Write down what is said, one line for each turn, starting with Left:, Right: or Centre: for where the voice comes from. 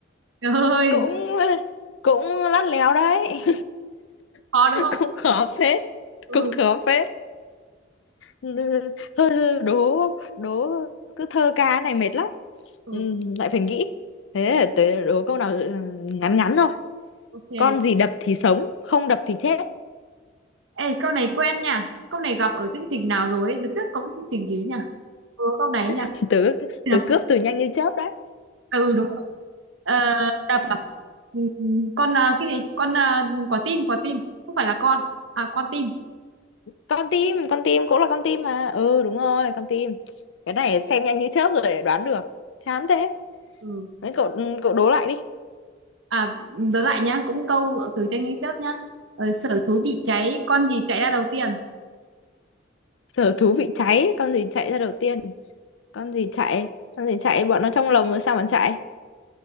Right: trời ơi.
Left: Cũng, cũng lắt léo đấy.
Right: khó
Left: <laughs>
Right: đúng không?
Left: Cũng khó phết,
Right: Ừ.
Left: cũng khó phết. Ừ, Thôi, thôi, đố, đố, cứ thơ ca này mệt lắm.
Right: ừ.
Left: Ừ, lại phải nghĩ. Thế, tớ đố câu nào ừ, ngắn ngắn thôi.
Right: Ok.
Left: Con gì đập thì sống, không đập thì chết.
Right: Ê, câu này quen nha. Câu này gặp ở chương trình nào rồi ấy? Đợt trước có cái chương trình gì nhỉ? Ừ, câu này ấy nhỉ?
Left: <laughs> Tớ,
Right: Thế
Left: tớ
Right: nào?
Left: cướp từ nhanh như chớp đấy.
Right: À, Ừ, đúng rồi. Ờ, tập à? Ừ, ừ. con à, cái gì? Con à, quả tim, quả tim. Không phải là con. À, con tim.
Left: con tim con tim cũng là con tim mà ừ đúng rồi con tim cái này xem nhanh như chớp rồi đoán được chán thế
Right: Ừ.
Left: đấy cậu ừ, cậu đố lại đi
Right: À, đớ lại nhá. Cũng câu từ tranh lấy chớp nhá. Ờ, sở thú bị cháy, con gì chạy ra đầu tiên?
Left: sở thú bị cháy con gì chạy ra đầu tiên con gì chạy con gì chạy bọn nó trong lồng rồi sao mà chạy